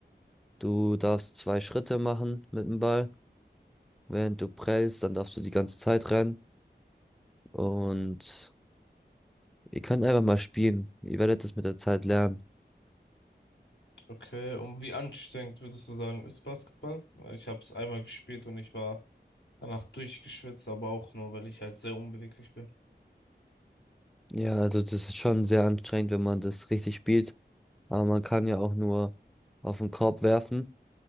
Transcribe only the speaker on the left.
Okay, und wie anstrengend würdest du sagen, ist Basketball? Weil Ich habe es einmal gespielt und ich war danach durchgeschwitzt, aber auch nur, weil ich halt sehr unbeweglich bin.